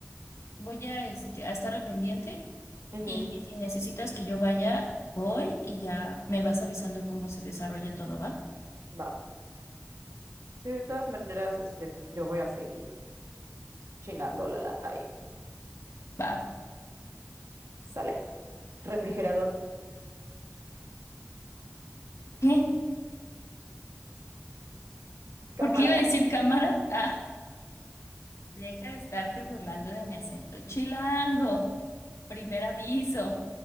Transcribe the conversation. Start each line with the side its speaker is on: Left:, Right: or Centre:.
Left: voy a, este, a estar al pendiente
Right: Ujú,
Left: y si necesitas que yo vaya, voy y ya me vas avisando cómo se desarrolla todo, ¿va?
Right: Va. Sí, de todas maneras, este, pues yo voy a seguir chingando la lata y
Left: Va.
Right: sale. Refrigerador,
Left: ¿Qué? ¿Por
Right: cámara.
Left: qué iba a decir cámara? Ah, deja de estarte burlando de mi acento. Chilango, primer aviso.